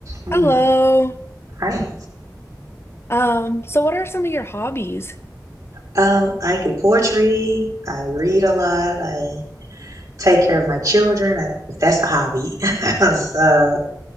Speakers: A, on the right; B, on the left.
A: Mm,
B: Hello.
A: Right.
B: Um, so what are some of your hobbies?
A: Um, I do poetry. I read a lot. I take care of my children, I, if that's a hobby. <laughs> So,